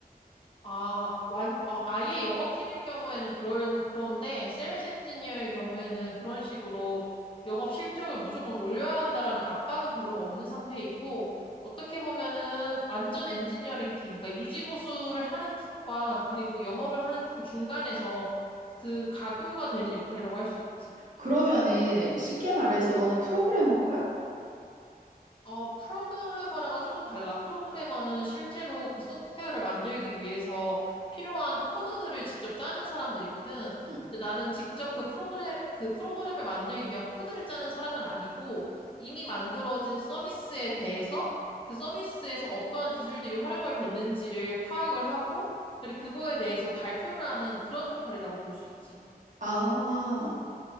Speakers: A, on the left; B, on the right.
A: 아, 완, 어, 아예 영업팀일 경우에는 그런, 그런데, 세일즈 엔지니어의 경우에는 그런 식으로 영업 실적을 무조건 올려야 한다라는 압박은 별로 없는 상태이고, 어떻게 보면은 완전 엔지니어링 팀, 그러니까 유지보수를 하는 팀과 그리고 영업을 하는 팀 중간에서 그 가교가 되는 역할이라고 할 수 있지.
B: 그러면은 쉽게 말해서 너는 프로그래머인 거야?
A: 어, 프로그래머랑은 조금 달라. 프로그래머는 실제로 그 소프트웨어를 만들기 위해서 필요한 코드들을 직접 짜는 사람들이거든.
B: 응.
A: 근데 나는 직접 그 프로그램, 그 프로그램을 만들기 위한 코드를 짜는 사람은 아니고 이미 만들어진 서비스에 대해서 그 서비스에서 어떠한 기술들이 활용을 됐는지를 파악을 하고 그리고 그거에 대해서 발표를 하는 그런 역할이라고 볼 수 있지.
B: 아,